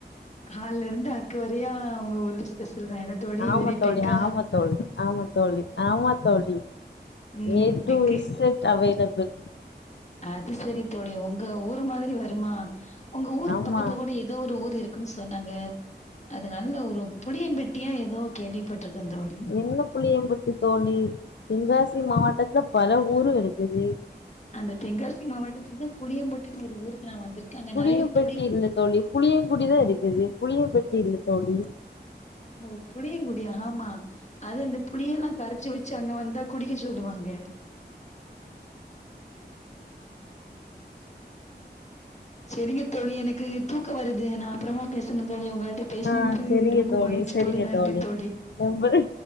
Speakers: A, on the left (about 40°); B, on the left (about 85°).
A: ஹால்லருந்து அக்குவரையு உங்க ஊரு ஸ்பெஷல் தா என்ன தோழி
B: ஆமா
A: வெரி
B: தோழி
A: பிக்கா
B: ஆமா தோழி ஆமா தோழி ஆமா தோழி
A: ம்
B: ஏ டு
A: பிக்கு
B: இசட் அவைலபிள்
A: அது செரி தோழி உங்க ஊரு மாத்ரி வருமா உங்க ஊருக்கு
B: ஆமா
A: பக்கத்துல கூட எதோ ஒரு ஊர் இருக் குன் சொன்னாங்க அது நல்ல ஒரு புளிய பெட்டியா எதோ கேள்விப்பட்ருக்கன் தோழி
B: என்ன புளியம்பட்டி தோழி தெங்காசி மாவட்டத்துல பல ஊரு இருக்குது
A: அந்த தெங்காசி மாவட்டத்துல தா புளியம்பட்டுன்னு ஒரு ஊருக்கு நா வந்திருக்கே அங்க
B: புளியம்பட்டி
A: நெறைய புலி
B: இல்ல தோழி புளியங்குடிதா இருக்குது புளிய பெட்டி இல்ல தோழி
A: ஓ புளியங்குடி ஆமா அது இந்த புளியே எல்லா கரச்சு வெச்சு அங்க வந்தா குடிக்க சொல்லுவாங்க <inaudible> செரிங்க தோழி எனக்கு தூக்க வருது நா அப்புறமா பேசுணு தோழி உங்கள்கிட்ட பேஸ்னது
B: ஆ செரிங்க
A: ரொம்ப மகிழ்ச்சி
B: செரிங்க
A: தோழி நன்றி தோழி
B: நம்பரு